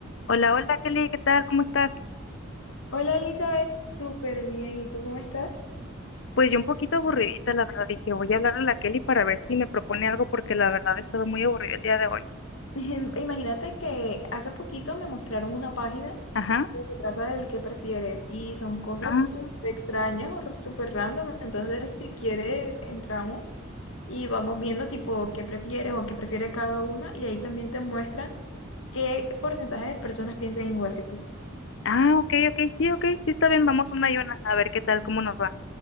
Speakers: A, on the left (about 60°); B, on the left (about 75°).
A: Hola, hola Kelly, ¿qué tal? ¿Cómo estás?
B: Hola Elizabeth, súper bien. ¿Y tú cómo estás?
A: Pues yo un poquito aburridita, la verdad, dije, voy a hablarle a la Kelly para ver si me propone algo porque la verdad estaba muy aburrida el día de hoy.
B: <laughs> Imagínate que hace poquito me mostraron una página
A: Ajá.
B: que se trata del qué prefieres y son cosas
A: Ah,
B: súper extrañas o súper random. Entonces, si quieres, entramos y vamos viendo tipo qué prefieres o qué prefiere cada una y ahí también te muestran qué porcentaje de personas piensan igual que tú.
A: ah, ok, ok, sí, ok, sí está bien, vamos una y una, a ver qué tal, cómo nos va,